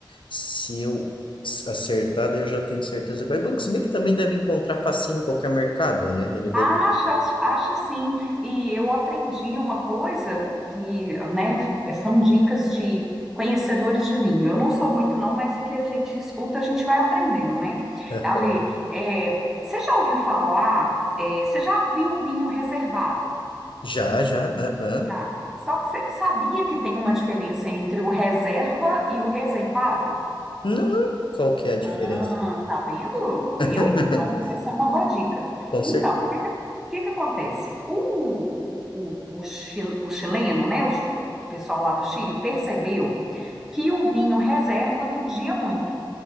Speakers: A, on the left; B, in the centre.
A: se eu s- acertar, daí eu já tenho certeza. Mas é bom, que se bem que também deve encontrar facinho em qualquer mercado, né? Ele deve.
B: Acho, acho sim. E eu aprendi uma coisa que, né, são dicas de conhecedores de vinho. Eu não sou muito, não, mas o que a gente escuta, a gente vai aprendendo, né?
A: Aham.
B: Ale, é, você já ouviu falar, é, você já viu vinho reservado,
A: Já, já, aham.
B: tá? Só que você sabia que tem uma diferença entre o reserva e o reservado?
A: Não, não. Qual que é a diferença?
B: Ah, tá vendo? Viu?
A: <laughs>
B: Então, vai ser uma boa dica.
A: Com
B: Então,
A: certeza.
B: o que que, o que que acontece? O, o, o, o, chi- o chileno, né? O, o pessoal lá do Chile percebeu que o vinho reserva vendia muito.